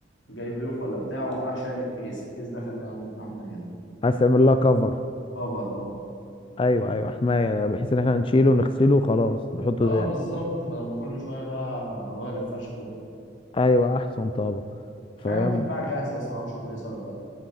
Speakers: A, on the left (about 85°); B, on the left (about 30°).
A: جاي ضيوف ولا بتاع قوم راح شايل الكيس الكيس ده خليه قعدتنا احنا كده
B: عايز تعمل لها كفر
A: كفر اه
B: ايوه ايوه حمايه بحيث ان احنا نشيله نغسله وخلاص نحطه
A: اه
B: تاني
A: بالظبط بدل ما كل شويه بقى اغير الفرش كله
B: ايوه احسن طبعا
A: في
B: فاهم
A: حاجه بتتباع جاهزه بس ما اعرفش كويسه ولا لا